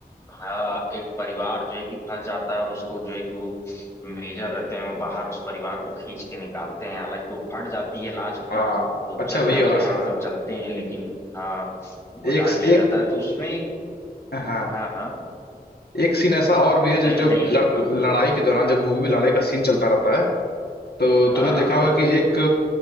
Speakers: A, on the left; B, on the left.
A: हाँ एक परिवार जो है कि फंस जाता है और उसको जो है कि वो मेजर रहते हैं वो बाहर उस परिवार को खींच के निकालते हैं हालांकि वो फट जाती है लास्ट में
B: हाँ
A: तो
B: अच्छा
A: जल
B: वही
A: जाते
B: वाला
A: हैं
B: सीन
A: मतलब
B: हाँ
A: जलते हैं लेकिन हाँ बुझा
B: एक
A: दिया
B: एक
A: जाता है तो उसमें
B: हाँ
A: हाँ हाँ
B: एक सीन ऐसा और भी है
A: बताइए
B: जो
A: बताइए
B: जो ल- लड़ाई के दौरान जब मूवी में लड़ाई का सीन चलता रहता है तो
A: हाँ
B: तुमने देखा होगा कि एक